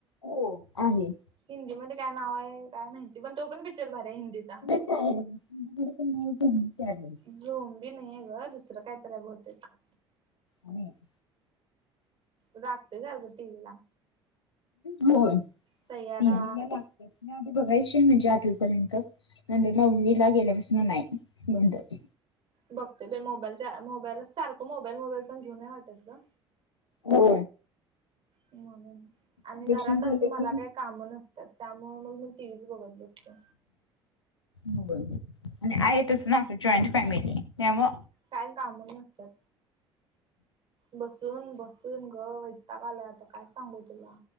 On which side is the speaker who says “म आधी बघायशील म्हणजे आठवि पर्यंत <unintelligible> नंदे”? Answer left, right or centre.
Left